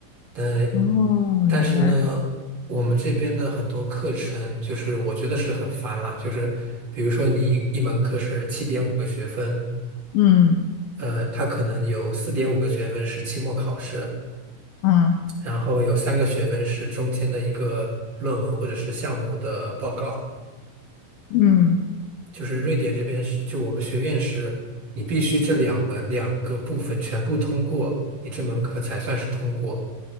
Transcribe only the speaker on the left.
哦，
原来，
嗯
嗯
嗯。